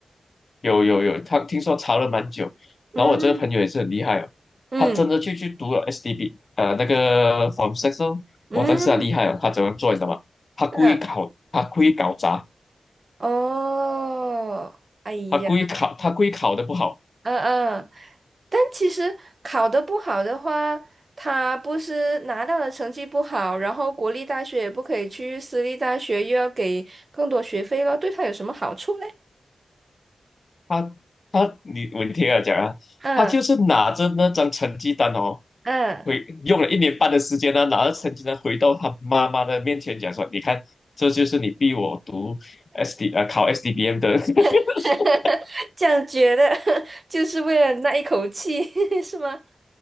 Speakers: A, on the left; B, on the right.
A: 有有有，他听说查了蛮久，
B: 嗯
A: 然后我这个朋友也是很厉害啊，
B: 嗯
A: 他真的就去读了 SDB，呃，那个 Form Six 哦，
B: 嗯，
A: 哇，但是他厉害啊，他怎么做你知道吗？他故意考，
B: 是
A: 他故意搞砸，
B: 哦，哎呀，
A: 他故意考，他故意考的不好。
B: 嗯嗯，但其实考得不好的话，他不是拿到了成绩不好，然后国立大学也不可以去，私立大学又要给更多学费了，对他有什么好处嘞？
A: 他他你我听他讲啊，
B: 嗯
A: 他就是拿着那张成绩单哦，
B: 嗯，
A: 回用了一年半的时间呢、拿着成绩单回到他妈妈的面前讲说，你看，这就是你逼我读 SD 呃考 SDBM 的，<laughs>
B: <laughs> 这样觉得 <laughs> 就是为了那一口气，<laughs> 是吗？